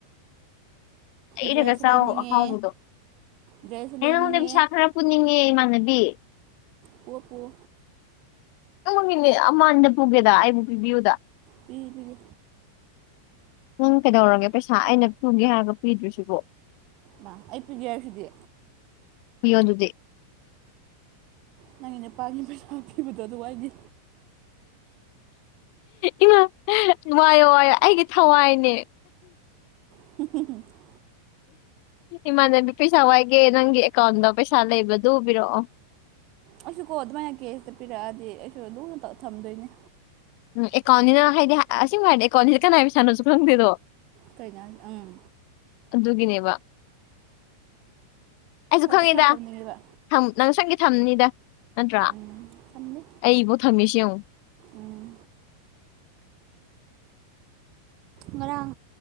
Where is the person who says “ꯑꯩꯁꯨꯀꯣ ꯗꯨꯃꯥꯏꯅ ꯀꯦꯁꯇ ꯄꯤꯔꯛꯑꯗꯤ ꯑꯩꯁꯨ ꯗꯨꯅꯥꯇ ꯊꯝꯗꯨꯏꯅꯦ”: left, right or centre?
Right